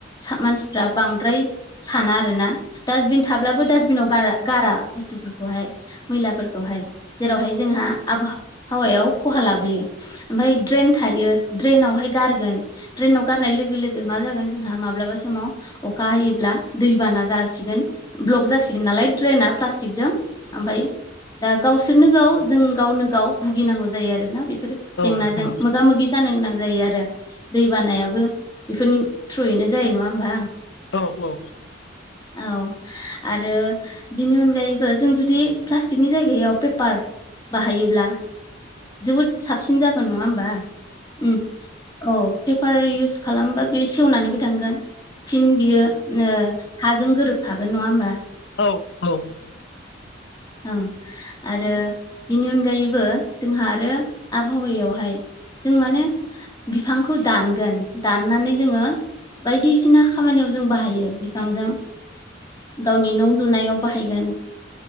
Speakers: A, on the left; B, on the left.
A: साब मानसिफ्रा बांद्राय साना आरोना। डास्टबिन थाब्लाबो डास्टबिनाव गार-गारा बुस्थुफोरखौहाय। मैलाफोरखौहाय जेरावहाय जोंहा आबहावायाव खहा लाबोयो। ओमफ्राय ड्रेन थायो ड्रेनावहाय गारगोन ड्रेनाव गारनाय लोगो लोगो मा जागोन जोंहा माब्लाबा समाव अखा हायोब्ला दैबाना जासिगोन। ब्लक जासिगोन नालाय ड्रेना प्लास्टिकजों ओमफाय दा गावसोरनो गाव जों गावनो गाव भुगिनांगौ जायो आरोना बेफोरो। जेंनाजों
B: नोंथां औ
A: मोगा मोगि जानो गोनां जायो आरो दै बानायाबो बेफोरनि थ्रुयैनो जायो नङा होमबा?
B: औ औ
A: औ आरो बिनि अनगायैबो जों जुदि प्लास्टिकनि जायगायाव पेपार बाहायोब्ला जोबोद साबसिन जागोन नङा होमबा? उम औ पेपार इउस खालामबा बे सेवनानैबो थांगोन फिन बियो हाजों गोरोबफागोन नङा होमबा?
B: औ औ
A: ओं आरो बेनि अनगायैबो जोंहा आरो आबहावायावहाय जों माने बिफांखौ दानगोन दाननानै जोङो बायदिसिना खामानियाव जों बाहायो। बिफांजों गावनि न' लुनायाव बाहायगोन।